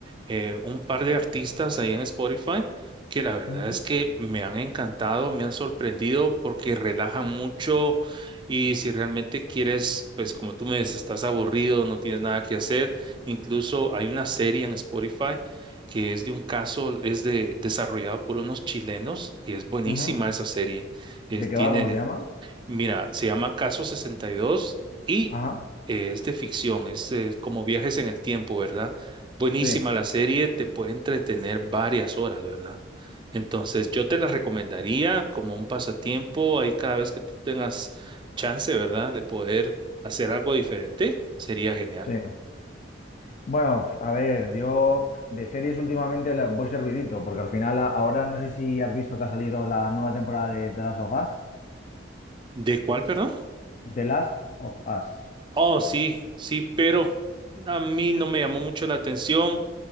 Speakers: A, on the right (about 25°); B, on the left (about 40°).
A: eh, un par de artistas ahí en Spotify que la verdad
B: Mm,
A: es que me han encantado, me han sorprendido porque relajan mucho y si realmente quieres, pues como tú me dices, estás aburrido, no tienes nada que hacer, incluso hay una serie en Spotify que es de un caso, es de, desarrollado por unos chilenos y es buenísima
B: ujú.
A: esa serie. Eh,
B: ¿De qué
A: tiene,
B: va? ¿Cómo se llama?
A: mira, se llama Caso 62 y dos y
B: Ajá,
A: eh, es de ficción, es eh, como viajes en el tiempo, ¿verdad? Buenísima
B: sí,
A: la serie, te puede entretener varias horas, ¿verdad? Entonces, yo te la recomendaría como un pasatiempo, ahí cada vez que tú tengas chance, ¿verdad? De poder hacer algo diferente, sería genial.
B: sí. Bueno, a ver, yo de series últimamente las voy servidito, porque al final a- ahora no sé si has visto que ha salido la nueva temporada de The Last of Us,
A: ¿De cuál, perdón?
B: The Last of Us.
A: Oh, sí, sí, pero a mí no me llamó mucho la atención